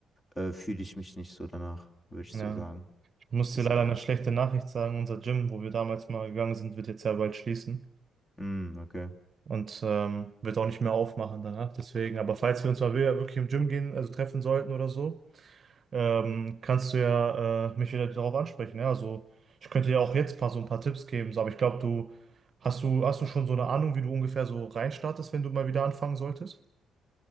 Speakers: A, on the left; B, on the right.
A: äh, fühle ich mich nicht so danach, würde ich
B: Ja.
A: so sagen.
B: Ich muss
A: Deshalb.
B: dir leider eine schlechte Nachricht sagen. Unser Gym, wo wir damals mal gegangen sind, wird jetzt ja bald schließen.
A: Mm, okay.
B: Und ähm, wird auch nicht mehr aufmachen danach. Deswegen, aber falls wir uns mal wieder wirklich im Gym gehen, also treffen sollten oder so, ähm, kannst du ja äh, mich wieder darauf ansprechen. Ja? Also ich könnte ja auch jetzt ein paar, so ein paar Tipps geben, so, aber ich glaube, du hast du, hast du schon so eine Ahnung, wie du ungefähr so reinstartest, wenn du mal wieder anfangen solltest?